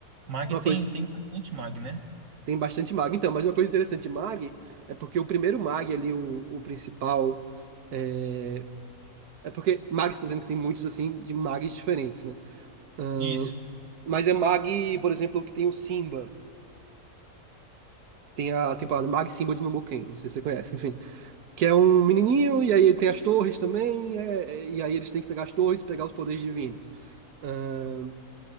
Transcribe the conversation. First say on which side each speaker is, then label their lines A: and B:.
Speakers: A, on the right; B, on the right.
A: Mag
B: uma
A: tem,
B: coisa.
A: tem bastante Mag, né?
B: Tem bastante Mag. Então, mas uma coisa interessante de Mag é porque o primeiro Mag ali, o, o principal. É, é porque Mag está dizendo que tem muitos, assim, de Mags diferentes, né? Ah,
A: Isso.
B: mas é Mag, por exemplo, que tem o Simba. Tem a temporada Mag Simba de Momoken, não sei se você conhece, enfim. Que é um menininho, e aí ele tem as torres também, é- é- e aí eles têm que pegar as torres e pegar os poderes divinos. Ah,